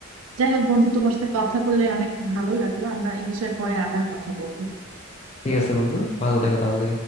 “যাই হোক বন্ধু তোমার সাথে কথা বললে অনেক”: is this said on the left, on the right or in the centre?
Right